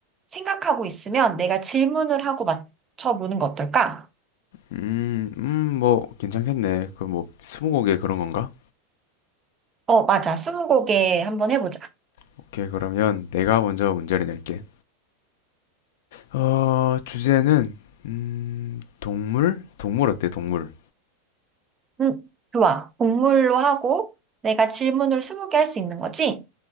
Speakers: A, on the right; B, on the left.
A: 생각하고 있으면 내가 질문을 하고 맞춰보는 거 어떨까?
B: 음, 음, 뭐 괜찮겠네. 그 뭐 스무고개 그런 건가?
A: 어, 맞아. 스무고개 한번 해보자.
B: 오케이, 그러면 내가 먼저 문제를 낼게. 어, 주제는 음, 동물? 동물 어때, 동물?
A: 응, 좋아. 동물로 하고 내가 질문을 스무 개 할 수 있는 거지?